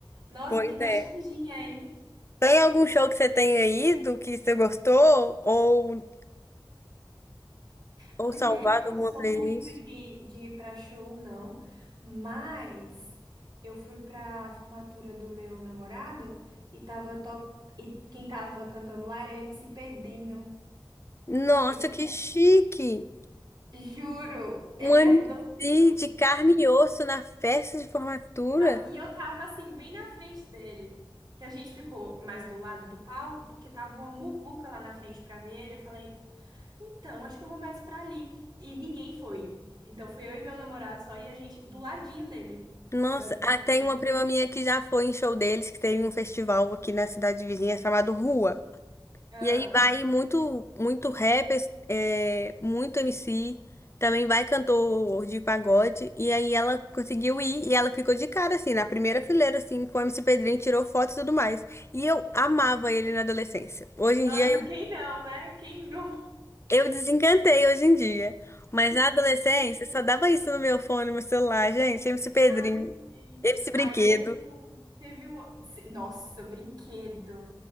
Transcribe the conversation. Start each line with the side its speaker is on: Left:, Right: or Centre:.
Right: Nossa,
Left: Pois
Right: que nostalgia,
Left: é.
Right: hein?
Left: Tem algum show que você tenha ido que você gostou? Ou
Right: Mulher,
Left: Ou salvado
Right: eu não
Left: alguma
Right: sou
Left: playlist.
Right: muito de, de ir pra show, não, mas eu fui pra formatura do meu namorado e tava top... e quem tava cantando lá era MC Pedrinho.
Left: Nossa,
Right: Você... conhece?
Left: que chique!
Right: Juro, ele
Left: Um MC
Right: é doido.
Left: de carne e osso na festa de formatura.
Right: Da- E eu tava assim, bem na frente dele. Que a gente ficou mais do lado do palco, porque tava uma muvuca lá na frente pra ver ele. Eu falei, então, acho que eu vou mais pra ali. E ninguém foi. Então fui eu e meu namorado só e a gente do ladinho dele,
Left: Nossa,
Right: basicamente.
Left: ah, tem uma prima minha que já foi em show deles, que teve um festival aqui na cidade vizinha chamado Rua.
Right: Ah.
Left: E aí vai muito, muito rap, é, muito MC, também vai cantor de pagode. E aí ela conseguiu ir e ela ficou de cara, assim, na primeira fileira, assim, com o MC Pedrinho, tirou foto e tudo mais. E eu amava ele na adolescência. Hoje
Right: Nossa,
Left: em dia
Right: quem não, né? Quem nunca?
Left: Eu desencantei hoje em dia. Mas na adolescência
Right: <laughs>
Left: só dava isso no meu fone, no meu celular, gente. MC Pedrinho,
Right: Ai, sim.
Left: MC Brinquedo.
Right: Aí teve um, teve um, se- nossa, brinquedo.